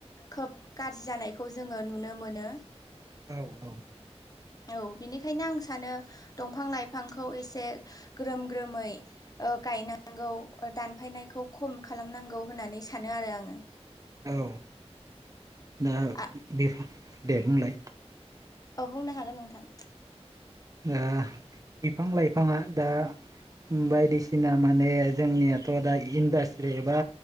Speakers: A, on the left; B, on the right.
A: खोब गाज्रि जानायखौ जोङो नुनो मोनो
B: औ औ
A: औ बिनि बेखायनो आं सानो दंफां लाइफांखौ एसे ग्रोम ग्रोमै गायनांगौ दानफायनायखौ खम खालामनांगौ होननानै सानो आरो आङो
B: औ दा
A: आ
B: बेफ दे बुंलाय
A: अ बुंनो हागोन नोंथां
B: द बिफां लाइफाङा दा बायदिसिना माने जोंनियाथ' दा इन्डास्ट्रिबा